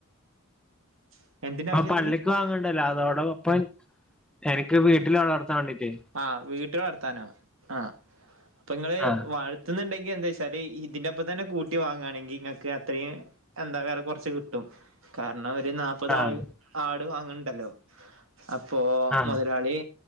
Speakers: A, on the right; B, in the centre.
A: <inaudible> ആവശ്യത്തിന്
B: അപ്പ പള്ളിക്ക് വാങ്ങണ്ടല്ലോ അതോടൊപ്പം എനിക്ക് വീട്ടില് വളർത്താൻ വേണ്ടീട്ട്
A: ആഹ് വീട്ടിൽ വളർത്താനോ ആഹ് അപ്പൊ നിങ്ങള്
B: ആഹ്
A: വൾ എച്ചുന്നുണ്ടെങ്കിൽ എന്താ വെച്ചാല് ഇതിന്റെപ്പം തന്നെ കൂട്ടി വാങ്ങാണെങ്കിൽ നിങ്ങക്ക്അത്രയിം എന്താ വേറെ കുറച്ച് കിട്ടും കാരണം ഒരു നാ മുപ്പത്
B: ആഹ്
A: ആ ആട് വാങ്ങ്ണ്ടല്ലോ അപ്പോ
B: ആഹ്
A: മുതലാളി